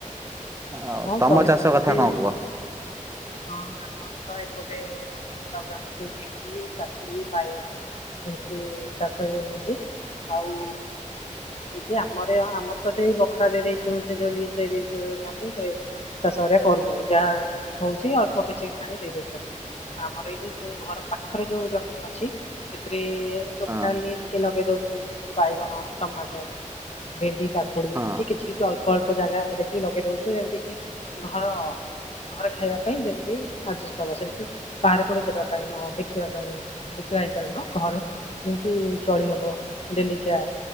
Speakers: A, on the right; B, on the left.
A: ଆଉ
B: ହଁ
A: ତମ
B: ଚଳିବ
A: ଚାଷ
B: ମୁଁ
A: କଥା
B: ବି
A: କଣ କୁହ?
B: ହଁ ଆମର ତ ଏପଟେ ଲଗା ହଉଛି ଭେଣ୍ଡି କାକୁଡି ବାଇଗଣ ଏମିତି ଚାଷ ଏ ହଉଛି ଆଉ ଏଇଠି ଆମ ଆମର ତ ସେଇ ବଖରା ଦେଇଦେଇଛୁ ସେ ଯୋଉ ଲି ଦେଇଛୁ ତା ସେ ଚାଷ ହାରିକା କରୁଛନ୍ତି ଯାହା ହଉଛି ଅଳ୍ପ କିଛି କି ଆଣି ଦେଇ ଦଉଛନ୍ତି। ଆମର ଏଇଠି ଯୋଉ ଘର ପାଖରେ ଯୋଉ ଜମି ଅଛି ସେଥିରେ। ଟ ଲୋକାଲ
A: ହଁ
B: ଟିକେ ଲଗେଇ ଦଉଛୁ ବାଇଗଣ ଟମାଟୋ ଭେଣ୍ଡି। କାକୁଡି
A: ହଁ
B: ଏମିତି କିଛି କିଛି ଅଳ୍ପ ଅଳ୍ପ ଜାଗା ଦେଖିକି ଲଗେଇ ଦଉଛୁ ଯେମିତି କି ଘର। ଘରେ ଖାଇବା ପାଇଁ ଯେମତି ଆଡଜଷ୍ଟ ହବ ସେମିତି ବାହାର କୋଡେ ଦେବା ପାଇଁ ନ ବିକିବା ପାଇଁ। ବିକିବା ହିସାବରେ ନ ଘରେ ଯେମିତି ଚଳି ହବ ଡେଲିକିଆ।